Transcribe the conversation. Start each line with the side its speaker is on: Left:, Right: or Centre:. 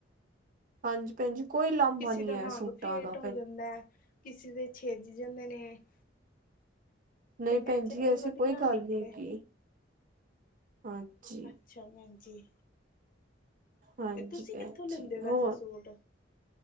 Right: ਹਾਂਜੀ ਭੈਣ ਜੀ ਕੋਈ ਲਾਂਭਾ
Left: ਕਿਸੀ
Right: ਨੀ
Left: ਦਾ
Right: ਹੈ
Left: ਰੰਗ
Right: ਸੂਟਾਂ
Left: ਫੇਟ
Right: ਦਾ
Left: ਹੋ
Right: ਭੈਣ
Left: ਜਾਂਦੈ, ਕਿਸੀ ਦੇ ਛਿੱਜ ਜਾਂਦੇ ਨੇ। <inaudible>
Right: ਨਈ
Left: ਤੇ ਮੈਂ
Right: ਭੈਣ
Left: ਚਨੀ
Right: ਜੀ ਐਸੀ
Left: ਵਧੀਆ
Right: ਕੋਈ ਗੱਲ
Left: ਨਿਕਲੇ
Right: ਨੀ ਹੈਗੀ, ਹਾਂਜੀ।
Left: ਅੱਛਾ ਭੈਣ ਜੀ।
Right: ਹਾਂਜੀ
Left: ਤੇ ਤੁਸੀਂ
Right: ਭੈਣ
Left: ਕਿੱਥੋਂ ਲੈਂਦੇ
Right: ਜੀ
Left: ਵੈਸੇ
Right: ਹੋਰ
Left: ਸੂਟ?